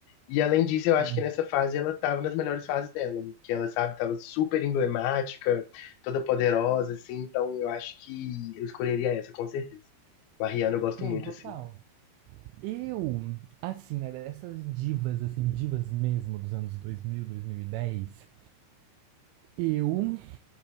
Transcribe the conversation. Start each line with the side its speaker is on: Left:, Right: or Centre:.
Left: E além disso,
Right: sim.
Left: eu acho que nessa fase ela tava nas melhores fases dela, que ela, sabe, tava super emblemática, toda poderosa, assim, então eu acho que eu escolheria essa, com certeza. A Rihanna eu gosto
Right: Não,
Left: muito,
Right: total.
Left: assim.
Right: Eu, assim, né, dessas divas, assim, divas mesmo dos anos 2000, 2010, eu